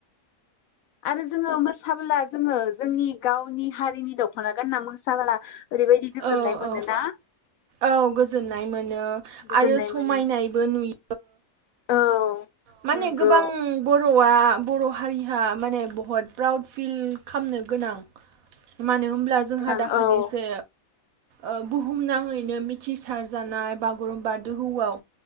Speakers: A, on the left (about 75°); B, on the right (about 80°).
A: आरो जोङो मोसाबोला जोङो जोंनि गावनि हारिनि दखना गानना मोसाबोला ओरैबायदि गोजोननाय
B: औ
A: मोनोना
B: औ औ गोजोननाय मोनो
A: गोजोननाय
B: आरो समायनायबो
A: मोनो
B: नुयो।
A: औ
B: माने
A: नंगौ
B: गोबां बर' बर'आ बर' हारिहा माने बहुत प्राउड फिल खालामनो गोनां मानो होन अब्ला जोंहा
A: गोनां
B: दाखालिसो
A: औ
B: ओ बुहुमनाङैनो मिथिसार जानाय बागुरुम्बा दोहौआव